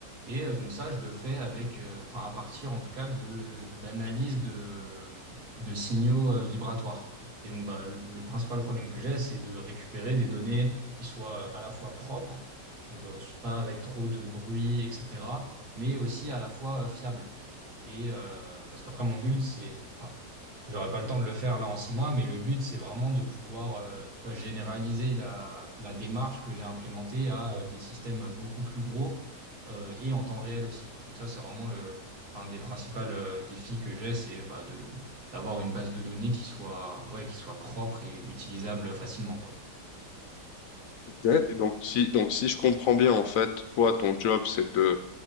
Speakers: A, on the right; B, on the left.
A: Et euh, donc ça, je le fais avec, euh, enfin à partir en tout cas de d'analyse de de signaux euh, vibratoires. Et donc bah, le le principal problème que j'ai, c'est de récupérer des données qui soient euh, à la fois propres, donc euh, pas avec trop de bruit, etc. Mais aussi à la fois euh, fiables. Et euh, parce qu'après mon but, c'est, enfin, J'aurais pas le temps de le faire là en six mois, mais le but, c'est vraiment de pouvoir, euh, tu vois, généraliser la, la démarche que j'ai implémentée à euh, des systèmes beaucoup plus gros euh, et en temps réel aussi. Donc ça, c'est vraiment le, un des principaux euh, défis que j'ai, c'est bah, de, d'avoir une base de données qui soit, ouais, qui soit propre et utilisable facilement, quoi.
B: Ouais, et donc si donc si je comprends bien en fait, toi ton job c'est de